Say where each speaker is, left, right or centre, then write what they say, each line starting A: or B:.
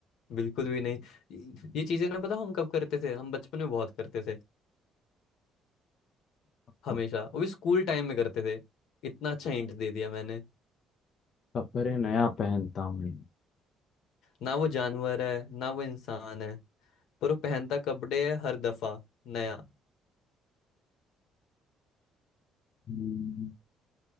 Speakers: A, on the left (about 75°); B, on the left (about 45°).
A: बिल्कुल भी नहीं ये ये चीजें ना बताओ हम कब करते थे हम बचपन में बहुत करते थे हमेशा
B: कप-
A: वो भी स्कूल टाइम में करते थे इतना अच्छा हिंट दे दिया मैंने
B: कपड़े नया पहनता हूँ
A: ना वो जानवर है ना वो इंसान है पर वो पहनता कपड़े है हर दफा नया
B: हम्म,